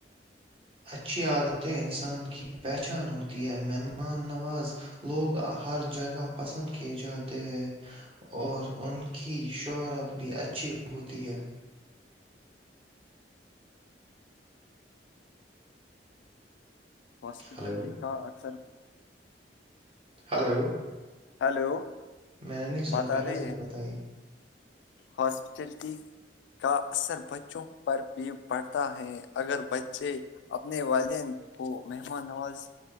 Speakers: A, on the right; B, on the left.
A: اچھی عادتیں انسان کی پہچان ہوتی ہیں مہمان نواز لوگ ہر جگہ پسند کیے جاتے ہیں اور ان کی شہرت بھی اچھی ہوتی ہے
B: ہاسپٹلٹی
A: ہلو
B: کا اکثر
A: ہلو
B: ہلو
A: میں نے نہیں سنا
B: بات
A: پہلا
B: آ رہی
A: سے
B: ہے
A: بتائیے
B: ہاسپٹلٹی کا اثر بچوں کے پر بھی پڑھتا ہے اگر بچے اپنے والدین کو مہمان نواز